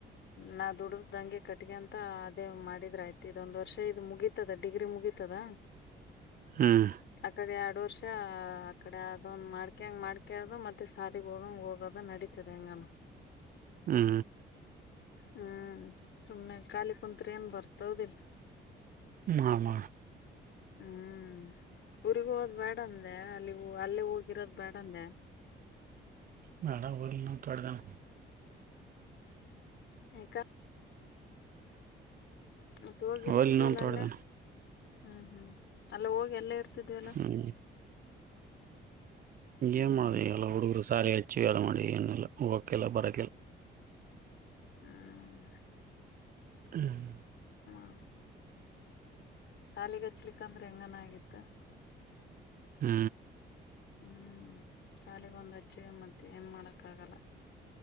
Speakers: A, on the left; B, on the right.
A: ನಾ ದುಡ್ದ್ದಂಗೆ ಕಟ್ಟ್ಕಅಂತ ಅದೇ ಮಾಡಿದ್ರ ಆಯ್ತಿ ಇದೊಂದು. ವರ್ಷ ಇದು ಮುಗೀತದ ಡಿಗ್ರಿ ಮುಗೀತದ.
B: ಹ್ಮ್
A: ಅಕಡೆ ಎರಡು ವರ್ಷ ಆಕಡೆ ಅದೊಂದ ಮಾಡ್ಕೆಂಗ ಮಾಡ್ಕೆ ಅದು ಮತ್ತ್ <unintelligible> ತ್ತ ಸಾಲಿಗೆ ಹೋಗ ಹೋಗೋದ ನಡೀತದೆಂಗಾಮ.
B: ಹ್ಮ
A: ಹ್ಮ್ ಸುಮ್ನೆ ಕಾಲಿ ಕುಂತ್ರಿ ಏನ್ ಬರ್ತಾ ದೌದಿಲ್ಲ.
B: ಮಾಡ ಮಾಡ
A: ಹ್ಮ್ ಊರಿಗ್ ಹೋಗದ್ ಬೇಡ ಅಂದೆ ಅಲ್ಲಿ ಅಲ್ಲೇ ಹೋಗಿರೋದ್ ಬೇಡಂದೆ.
B: ಬಾಡ ಬಲ ತಡದನ.
A: ಯಾಕ. ಮತ್ತ ಹೋಗಿರ್ತಿದ್ವ
B: ಹೋಗ್ಲಿ ನಾವು ತೊಡ್ದಾನ
A: ಅಲ್ಲೇ. ಹ್ಮ್ ಹ್ಮ್ ಅಲ್ಲ ಹೋಗಿ ಅಲ್ಲೆ ಇರ್ತಿದ್ವಲ್ಲ.
B: ಹ್ಮ್
A: ಹ್ಮ್
B: ಏನ್ ಮಾಡುದು ಎಲ್ಲ ಹುಡುಗರು ಸಾಲೆಗ್ ಹಚ್ಚಿವ ಎಲ್ಲ ಮಾಡಿ ಏನೆಲ್ಲ ಹೋಗಕೆಲ್ಲ ಬರಕೆಲ್ಲ.
A: ಹ್ಮ್
B: ಹ್ಮ್
A: <unintelligible> ಶಾಲಗ ಹಚ್ಲಿಕ್ಕ ಅಂದ್ರೆ ಹೆಂಗನ ಆಗಿತ್ತು.
B: ಹ್ಮ
A: ಹ್ಮ್ ಶಾಲೆಗ ಒಂದ್ ಹಚ್ಚಿವ ಮತ್ತೆ ಏನ್ ಮಾಡಕ್ ಆಗಲ್ಲ.